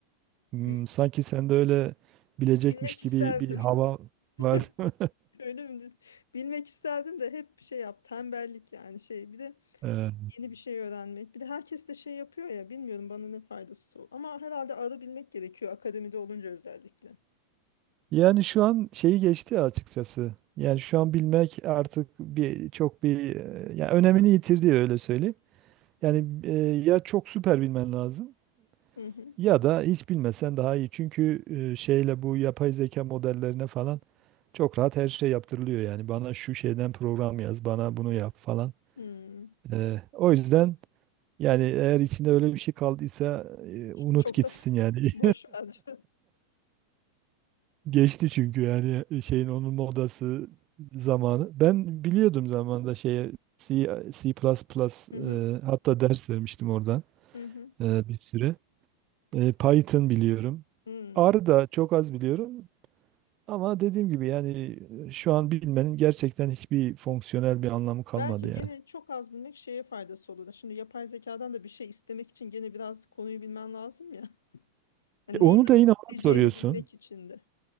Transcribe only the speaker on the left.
Büyük.
Bilmek
isterdim.
<laughs>
Öyle mi? Bilmek isterdim de hep şey yap tembellik yani şey bir de
yeni bir şey öğrenmek. Bir de herkes de şey yapıyor ya bilmiyorum bana ne faydası o. Ama herhalde ara bilmek gerekiyor akademide olunca özellikle.
Hı hı.
Hmm.
Çok
da <laughs>
boş ver.
Hı hı.
Hı hı.
hı.
Belki
gene çok az bilmek şeye faydası olur. Şimdi yapay zekadan da bir şey istemek için gene biraz konuyu bilmen lazım ya. Yani
neyi
nasıl
isteyeceğini
bilmek için de.